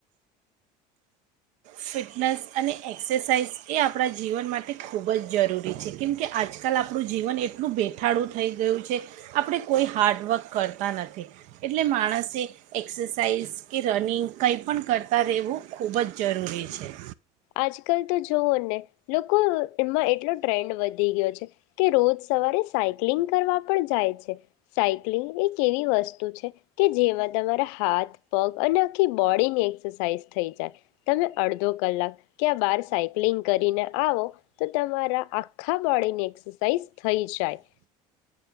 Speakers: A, on the right; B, on the left.
A: ફિટનેસ અને એક્સરસાઇઝ એ આપણા જીવન માટે ખૂબ જ જરૂરી છે કેમકે આજકાલ આપણું જીવન એટલું બેઠાડું થઈ ગયું છે આપણે કોઈ હાર્ડવર્ક કરતા નથી એટલે માણસે એક્સરસાઇઝ કે રનિંગ કંઈ પણ કરતાં રહેવું ખૂબ જ જરૂરી છે. છે.
B: આજકાલ તો જોવો ને લોકોમાં એટલો ટ્રેન્ડ વધી ગયો છે કે રોજ સવારે સાયક્લિંગ કરવા પણ જાય છે સાયક્લિંગ એક એવી વસ્તુ છે કે જેમાં તમારા હાથ પગ અને આખી બોડીની એક્સરસાઇઝ થઈ જાય તમે અડધો કલાક ક્યાં બાર સાયક્લિંગ કરીને આવો તો તમારા આખા બોડીની એક્સરસાઇઝ થઈ જાય.